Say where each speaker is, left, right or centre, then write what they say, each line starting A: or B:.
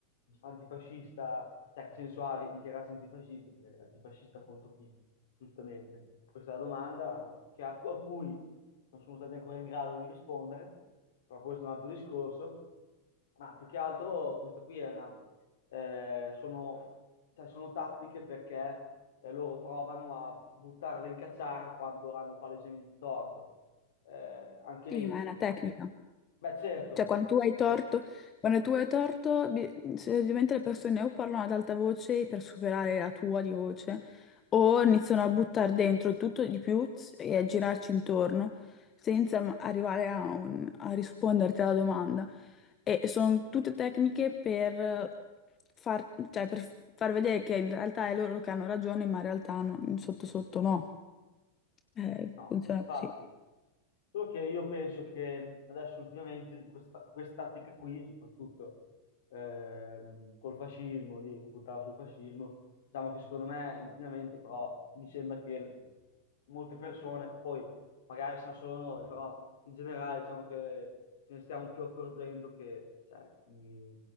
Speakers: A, on the left (about 55°); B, on the left (about 25°).
A: antifascista, cioè che senso ha di- dichiararsi antifascista, perché è antifascista contro chi, giustamente. Questa è la domanda che a, cu- a cui non sono stati ancora in grado di rispondere, però questo è un altro discorso. Ma più che altro questa qui è una, eh, sono, cioè, sono tattiche perché eh, loro provano a buttarla in cacciara quando hanno palesemente torto. Eh, anche lì,
B: Sì, ma è una tecnica.
A: beh certo,
B: Cioè, quando tu hai torto,
A: certo.
B: quando tu hai torto, bi- semplicemente le persone o parlano ad alta voce per superare la tua di voce, o iniziano a buttare dentro tutto di più s- e a girarci intorno, senza m- arrivare a, un- a risponderti alla domanda. E sono tutte tecniche per far, cioè, per far vedere che in realtà è loro che hanno ragione, ma in realtà no- sotto sotto no. Eh,
A: No,
B: funziona
A: infatti.
B: così.
A: Solo che io penso che adesso ultimamente di questa, questa tattica qui, soprattutto ehm, col fascismo, lì, buttava sul fascismo, diciamo che secondo me ultimamente però mi sembra che le- molte persone, poi magari siamo solo noi, però in generale diciamo che ce ne stiamo più accorgendo che cioè, mh,